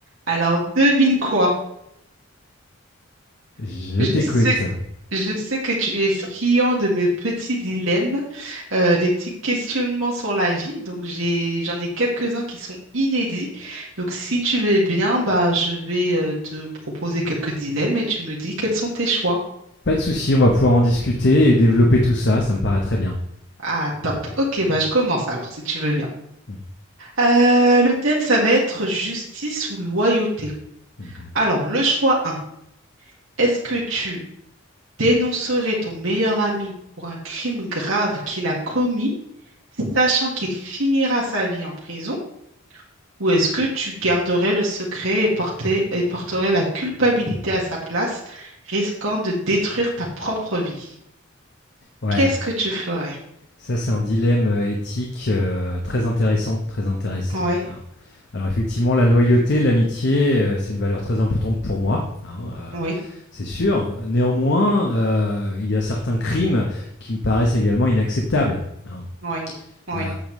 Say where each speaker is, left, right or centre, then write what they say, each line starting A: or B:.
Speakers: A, on the right; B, on the left.
A: Alors, devine quoi?
B: Je
A: Je
B: t'écoute.
A: sais, je sais que tu es friand de mes petits dilemmes, euh, des petits questionnements sur la vie. Donc, j'ai, j'en ai quelques-uns qui sont inédits. Donc, si tu veux bien, bah, je vais euh, te proposer quelques dilemmes et tu me dis quels sont tes choix.
B: Pas de souci, on va pouvoir en discuter et développer tout ça, ça me paraît très bien.
A: Ah, top. Ok, bah, je commence alors, si tu veux bien.
B: Mm.
A: Euh, le thème, ça va être justice ou loyauté.
B: Mhm.
A: Alors, le choix un, est-ce que tu dénoncerais ton meilleur ami pour un crime grave qu'il a commis? sachant qu'il finira sa vie en prison, ou est-ce que tu garderais le secret et portais- et porterais la culpabilité à sa place, risquant de détruire ta propre vie?
B: Ouais,
A: Qu'est-ce que tu ferais?
B: ça c'est un dilemme euh, éthique euh, très intéressant, très intéressant.
A: Oui,
B: hein. Alors effectivement, la loyauté, l'amitié, euh, c'est une valeur très importante pour moi, hein, euh,
A: oui,
B: c'est sûr. Néanmoins, euh, il y a certains crimes qui me paraissent également inacceptables. hein.
A: oui, oui,
B: Heu,